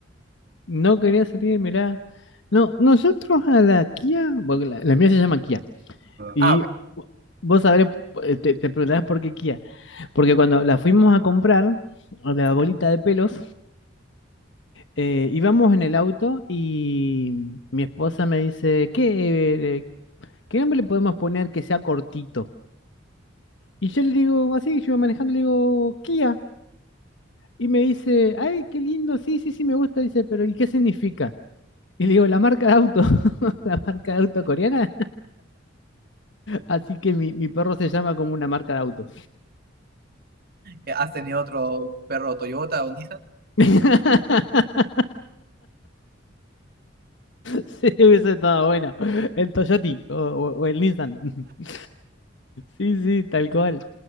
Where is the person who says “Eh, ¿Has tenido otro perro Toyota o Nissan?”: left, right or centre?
Right